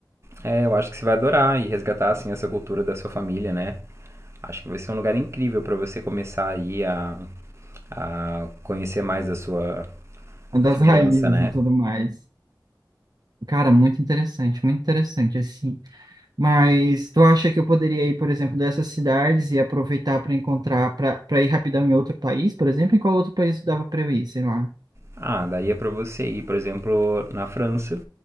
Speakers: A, on the right; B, on the right.
A: É, eu acho que você vai adorar e resgatar, assim, essa cultura da sua família, né? Acho que vai ser um lugar incrível para você começar aí a, a conhecer mais da sua,
B: Das
A: da sua
B: raízes
A: herança, né?
B: e tudo mais. Cara, muito interessante, muito interessante, assim. Mas tu acha que eu poderia ir, por exemplo, dessas cidades e aproveitar para encontrar, para para ir rapidão em outro país, por exemplo? em qual outro país dava para eu ir, sei lá?
A: Ah, daí é pra você ir, por exemplo, na França,